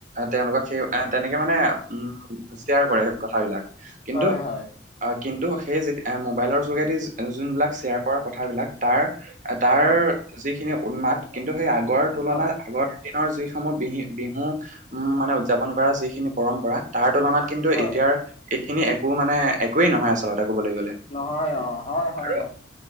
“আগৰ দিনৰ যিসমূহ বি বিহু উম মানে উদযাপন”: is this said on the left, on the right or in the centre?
Right